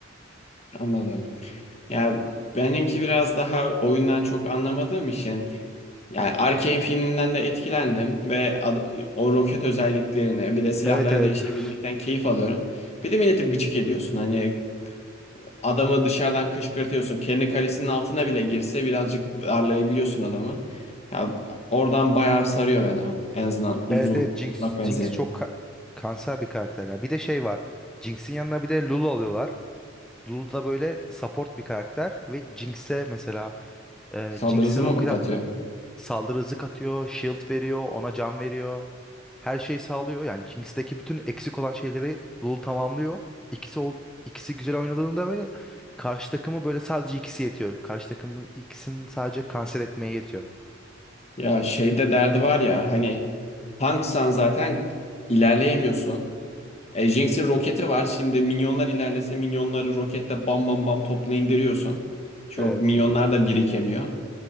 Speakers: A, on the left; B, in the centre.
A: anladım. Ya benimki biraz daha oyundan çok anlamadığım için yani Arcane filminden de etkilendim ve ad- o roket özelliklerini bir de silahları
B: Evet evet.
A: değişebilmekten
B: <laughs>
A: keyif alıyorum. Bir de milleti gıcık ediyorsun. Hani Adamı dışarıdan kışkırtıyorsun. Kendi kalesinin altına bile girse birazcık darlayabiliyorsun adamı. Ya, oradan bayağı sarıyor beni o. En azından uzun
B: Evet evet Jinx,
A: uzak menzil.
B: Jinx çok ka- kanser bir karakter ya. Bir de şey var. Jinx'in yanına bir de Lulu alıyorlar. Lulu da böyle support bir karakter ve Jinx'e mesela e,
A: Saldırı
B: Jinx'in
A: hızı mı
B: roket
A: katıyor?
B: at- saldırı hızı katıyor, shield veriyor, ona can veriyor. Her şeyi sağlıyor. Yani Jinx'teki bütün eksik olan şeyleri Lulu tamamlıyor. İkisi ol, ikisi güzel oynadığında böyle karşı takımı böyle sadece ikisi yetiyor. Karşı takımı ikisinin sadece kanser etmeye yetiyor.
A: Ya şeyde derdi var ya hani tanksan zaten ilerleyemiyorsun. E, Jinx'in roketi var. Şimdi minyonlar ilerlese minyonları roketle bam bam bam topla indiriyorsun. Çok
B: Evet.
A: minyonlar da birikemiyor.